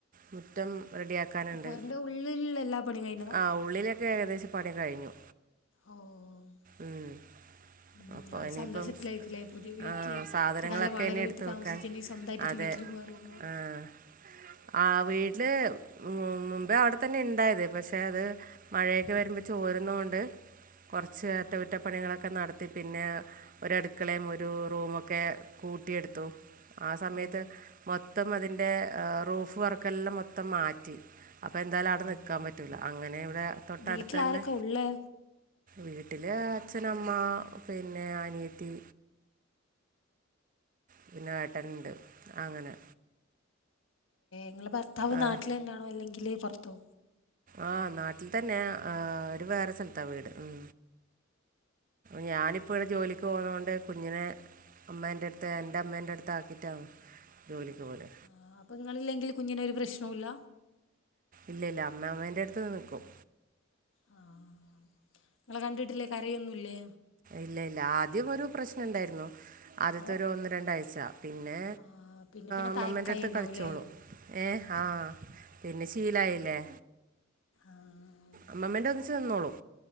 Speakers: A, on the right; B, on the left.
A: മുറ്റം റെഡിയാക്കാന്ണ്ട്
B: പൊരന്റെ ഉള്ളിലുള്ള എല്ലാ പണിയും കഴിഞ്ഞതാ
A: ആ ഉള്ളിലെക്കെ ഏകദേശ പണി കഴിഞ്ഞു.
B: ഓ
A: ഉം.
B: ഉം
A: അപ്പൊ
B: ആ ഒരു
A: എനിയിപ്പം
B: സന്തോഷത്തിലായിരിക്കുംല്ലേ
A: സ്
B: പുതിയ വീട്ടില്
A: ആഹ സാധനങ്ങളൊക്കെ
B: ഇത്ര കാലം വാടക
A: ഇനി എടുത്തു
B: വീട്ടിൽ
A: വെക്കാൻ
B: താമസിച്ചിനി സ്വന്തായിട്ടൊരു
A: അതെ.
B: വീട്ടില് പോവാറിയുമ്പോ
A: ആഹ ആ വീട്ട്ല് മ മുമ്പേ അവിടെ തന്നെ ഇണ്ടായത് പക്ഷെ അത് മഴയൊക്കെ വരുമ്പോ ചോരുന്നോണ്ട് കൊറച്ച് അറ്റകുറ്റപ്പണികളൊക്കെ നടത്തി പിന്നെ ഒരടുക്കളേം ഒരു റൂമൊക്കെ കു കൂട്ടിയെടുത്തു ആ സമയത്ത്
B: ഓ
A: മൊത്തം അതിന്റെ ആ റൂഫ് വർക്കെല്ലം മൊത്തം മാറ്റി. അപ്പൊ എന്തായാലും
B: ആഹ്
A: അവിടെ നിക്കാൻ പറ്റൂല അങ്ങനെ ഇവിടെ തൊട്ടടുത്ത്
B: വീട്ടിലാരൊക്കെ
A: ന്നെ
B: ഉള്ളേ
A: വീട്ടില് അച്ഛനമ്മ പിന്നെ അനിയത്തി പിന്നെ ഏട്ടനിണ്ട് അങ്ങനെ
B: നിങ്ങള ഭർത്താവ്
A: ആ
B: നാട്ടിലെ എന്താണോ അല്ലെങ്കില് പുറത്തോ
A: ആഹ് നാട്ടിൽ തന്നെ ആഹ് ഒരു വേറെ സ്ഥലത്താ വീട് ഉം ഞാനിപ്പ ഇവിടെ ജോലിക്ക് പോന്ന കൊണ്ട് കുഞ്ഞിനെ അമ്മ്ന്റെ അടുത്ത് എന്റെ അമ്മേന്റെ അടുത്ത് ആക്കിട്ടാ ജോലിക്ക് പോലെ
B: ആ അപ്പൊ നിങ്ങളില്ലെങ്കിൽ കുഞ്ഞിന ഒരു പ്രശ്നോവില്ല
A: ഇല്ല ഇല്ല അമ്മാമ്മേന്റെ അടുത്ത് നിൽക്കും
B: ആ നിങ്ങളെ കണ്ടിട്ടില്ലേ കരയൊന്നുല്ലേ
A: ഇല്ല ഇല്ല ആദ്യം ഒരു പ്രശ്നം ഉണ്ടായിരുന്നു ആദ്യത്തെ
B: ഓ
A: ഒരു ഒന്ന് രണ്ടാഴ്ച പിന്നെ
B: ആഹ് പിന്നെ പിന്നെ
A: അമ്മമ്മേൻ്റെ
B: തയക്കായി
A: അടുത്ത്
B: ഇണ്ടാവുല്ലേ
A: കളിച്ചോളൂ ഏഹ് ആഹ് പിന്നെ ശീലായില്ലേ
B: ആഹ്
A: അമ്മമ്മേന്റെ ഒന്നിച്ചച്ച് നിന്നോളും